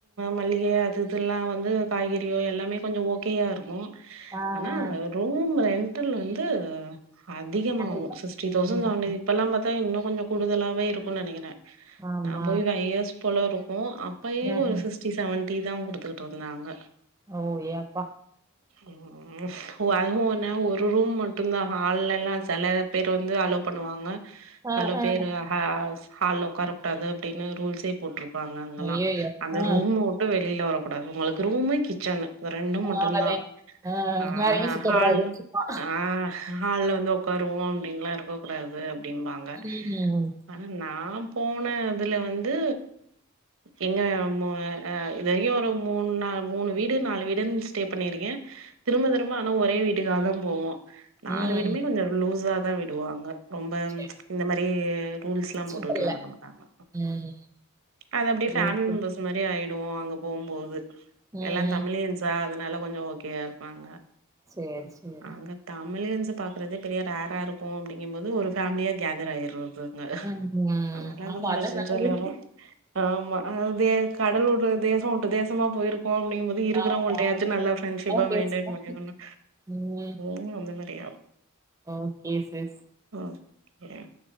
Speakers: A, on the right; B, on the right.
A: மல்லிக அது இதுெல்லா வந்து காய்கறியோ எல்லாமே கொஞ்சோ ஓகேயா இருக்கு
B: ஆ, ஆ.
A: ஆனா ரூம் ரெண்டல் வந்து அதிகமாவு
B: அதுதான்.
A: சிக்ஸ்டி தௌசண்
B: ம்.
A: தாண்டுணுது இப்பெல்லா பாத்தா இன்னுகொஞ்சோ கூடுதலாவே இருக்கு நெனைக்கிறே
B: ஆமா.
A: நா போய் ஒரு ஃபைவ் இயர்ஸ் போல இருக்கு அப்பயே
B: ம்.
A: ஒரு சிஸ் சிஸ்ட்டி சவன்டி தா குடுத்துட்டு இருந்தாங்க
B: ஓ! ஏ அப்பா!
A: ம் அதுவு ஒன்னு ஒரு ரூம் மட்டுந்தா ஹால்ல எல்லா செல பேர் வந்து அலோ பண்ணுவாங்க
B: ஆ,
A: செல
B: ஆ.
A: பேர் ஹ ஹால்ல உக்கார கூடாது அப்டின்னு ரூல்ஸே போட்ரு அங்கலா
B: ஐயய்யோ!
A: அந்த
B: ஆ
A: ரூம்ம விட்டு வெளில வரகூடாது உங்ளுக்கு ரூமு கிச்சன்னு அந்த ரெண்டு மட்டுந்தா
B: அவ்ளோதான். ஆ
A: அ
B: வேற எங்கயும் சுத்தக்கூடாது.
A: ஹால்
B: சும்மா.
A: ஆ ஹால்ல வந்து உக்காருவோ அப்டின்லா இருக்க கூடாது அப்டிம்பாங்க
B: ம்.
A: ஆனா நா போன இதுல வந்து எங்க மு அ இது வரைக்கு ஒரு மூணு நா மூணு வீடு நாலு வீடுன்னு ஸ்டே பண்ணிர்க்கே திரும்ப திரும்ப ஆனா ஒரே வீட்டுக்காகதா போவோ நாலு
B: ம்.
A: வீடுமே கொஞ்சோ லூஸா தா விடுவாங்க ரொம்ப
B: சரி.
A: ச் இந்த மாரி ரூல்ஸ்லா
B: சுத்தல்ல.
A: போட்டுகிட்லா இருக்க மாட்டாங்க
B: ம்.
A: அது அப்டியே பேமிலி
B: ஓகே.
A: மெம்பர்ஸ் இந்த மாரி ஆய்டுவோ அங்க போம்போது
B: ம்,
A: எல்லாந்
B: ம்.
A: தமிழியேன்ஸ் பே அதனால கொஞ்சோ ஓகேயா இருப்பாங்க
B: சேரி சேரி
A: இங்க தமிழியன்ஸ் அ பாக்குறதே பெரிய ரார் அ இருக்கு அப்டிங்கும்போது ஒரு ஃபேமிலியா கேதர் ஆகிட்றது அ
B: ம், ம்.
A: அதனாலா அங்க
B: ஆமா,
A: கொஞ்சோ
B: அதான்
A: சென்சார்ல
B: நல்லது.
A: ஏறு ஆமா அதாவது கடல் வுட்டு தேசோ வுட்ட தேசமா போயிருக்கோ அப்டிங்குபோது இருக்கறவங்கள்டாச்சி
B: ஆமா.
A: நல்லா பிரண்ஷிப்பா
B: அதான் பேசுவோம்.
A: மெயின்டன் பண்ணிரனு
B: ம்.
A: ம் அந்த மாரி ஆகு
B: ஓகே சிஸ்
A: ஓக்கே